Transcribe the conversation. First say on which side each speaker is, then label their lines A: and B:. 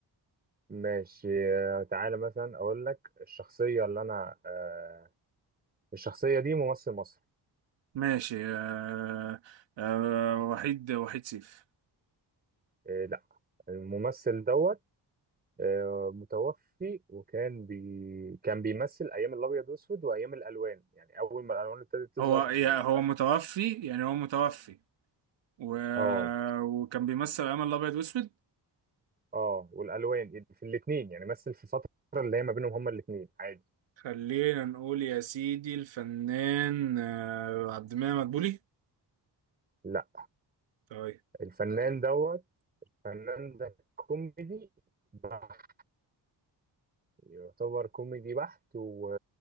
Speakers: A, on the right; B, on the right.
A: ماشي آه، تعالى مثلا اقول لك الشخصيه اللي انا آه الشخصيه دي ممثل مصري
B: ماشي آه آه وحيد وحيد سيف
A: آه لا الممثل دوت آه متوفي وكان بي كان بيمثل ايام الابيض والاسود وايام الالوان يعني اول ما الالوان ابتدت تظهر
B: هو يا- هو
A: الأف-
B: متوفي يعني هو متوفي و...
A: اه
B: وكان بيمثل أيام الأبيض وأسود
A: اه والالوان يعني في الاثنين يعني مثل في فتره اللي هي ما بينهم هما الاثنين عادي
B: خلينا نقول يا سيدي الفنان آه، عبد المنعم مدبولي
A: لا
B: طيب
A: الفنان دوت فنان ده كوميدي بحت يعتبر كوميدي بحت و...